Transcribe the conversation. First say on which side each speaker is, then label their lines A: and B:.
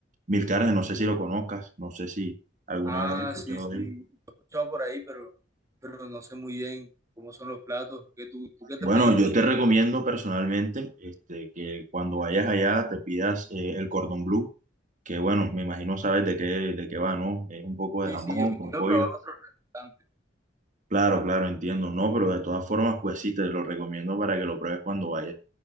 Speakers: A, on the right; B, on the right.
A: Mil Carnes, no sé si lo conozcas, no sé si alguna
B: Ah,
A: vez has escuchado
B: sí, sí.
A: de él.
B: Lo he escuchado por ahí, pero, pero no sé muy bien cómo son los platos. ¿Qué, tú, tú qué te
A: Bueno,
B: pediste?
A: yo te recomiendo personalmente este, que cuando vayas allá te pidas eh, el cordón blue, que bueno, me imagino sabes de qué, de qué va, ¿no? Es un poco
B: Sí,
A: de jamón
B: sí, yo, yo
A: con
B: lo
A: pollo.
B: he probado en otros restaurantes.
A: Claro, claro, entiendo, no, pero de todas formas, pues sí, te lo recomiendo para que lo pruebes cuando vayas.